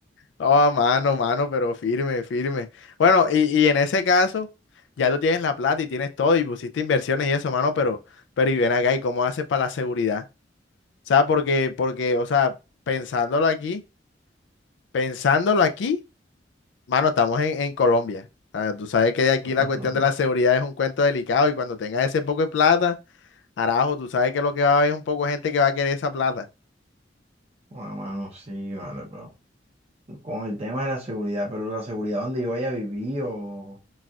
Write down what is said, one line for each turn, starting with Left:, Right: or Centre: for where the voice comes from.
Left: No, mano, mano, pero firme, firme. Bueno, y, y en ese caso, ya tú tienes la plata y tienes todo y pusiste inversiones y eso, mano, pero, pero y ven acá, ¿y cómo haces para la seguridad? O sea, porque, porque, o sea, pensándolo aquí, pensándolo aquí, mano, estamos en, en Colombia. Ah, tú sabes que aquí
Right: <laughs>
Left: la cuestión de la seguridad es un cuento delicado y cuando tengas ese poco de plata, arajo, tú sabes que lo que va a haber es un poco de gente que va a querer esa plata.
Right: Con a mano, sí, vale, pero. Con el tema de la seguridad, pero la seguridad donde yo vaya a vivir o,